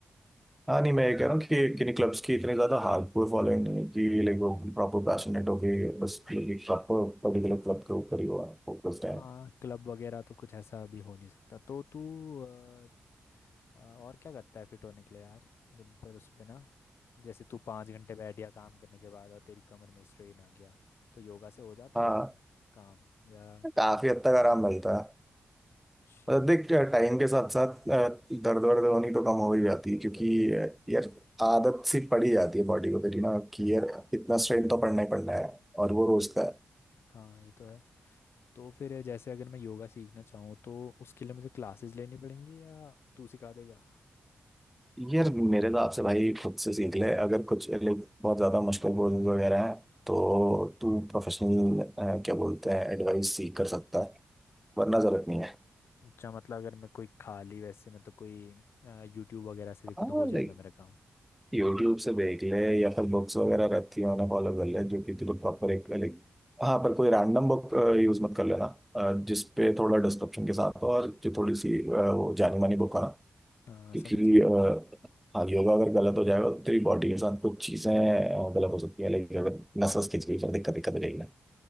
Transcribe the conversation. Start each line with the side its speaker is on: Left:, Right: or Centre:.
Centre: हाँ नहीं मैं ये कह रहा हूँ कि किन्हीं क्लब्स की इतनी ज्यादा हार्डकोर फॉलोइंग नहीं है कि लाइक वो प्रॉपर पैशनेट हो गई बस प्रॉपर पर्टिकुलर क्लब के ऊपर ही हुआ फोकस्ड
Left: हाँ
Centre: है
Left: क्लब वगैरह तो कुछ ऐसा अभी हो नहीं सकता तो तू अ, अ, और क्या करता है फिट होने के लिए यार दिन पर उस पे ना जैसे तू पाँच घंटे बैठ गया काम करने के बाद और तेरी कमर में स्ट्रेन आ गया तो योगा से हो जाता
Centre: हाँ
Left: है उसमें काम या दूसरा
Centre: काफी हद तक आराम मिलता है
Left: अच्छा
Centre: मतलब देख टाइम के साथ साथ अ, दर्द वर्द होनी तो कम हो ही जाती है क्योंकि अ, यार आदत सी पड़ी जाती है बॉडी को तेरी ना कि यार इतना स्ट्रेन तो पड़ना ही पड़ना है और वो रोज का है
Left: हाँ ये तो है तो फिर जैसे अगर मैं योगा सीखना चाहूँ तो उसके लिए मुझे क्लासेस लेनी पड़ेंगी या तू सिखा देगा
Centre: यार मेरे हिसाब से भाई खुद से सीख ले अगर कुछ लाइक बहुत ज्यादा मुश्किल कोर्सेज वगैरह हैं तो तू प्रोफेशनल क्या बोलते हैं एडवाइस सीख कर सकता है वरना जरूरत नहीं है
Left: अच्छा मतलब अगर मैं कोई खाली वैसे मैं तो कोई यूट्यूब वगैरह से देखूँ
Centre: हाँ
Left: तो हो जाएगा
Centre: लाइक
Left: मेरा काम
Centre: यूट्यूब से देख ले या फिर बुक्स वगैरह रहती है उन्हें फॉलो कर ले जो कि तुझे प्रॉपर एक लाइक हाँ पर कोई रैंडम बुक यूज मत कर लेना अ, जिस पे थोड़ा डिस्क्रिप्शन के साथ हो और जो थोड़ी सी अ, वो जानी मानी बुक हो ना
Left: हाँ
Centre: क्योंकि
Left: समझ गया
Centre: अ, हाँ योगा अगर गलत हो जाएगा तो तेरी बॉडी के साथ कुछ चीजें अ, गलत हो सकती है लेकिन अगर नसों खिंच गई फिर दिक्कत दिक्कत हो जाएगी ना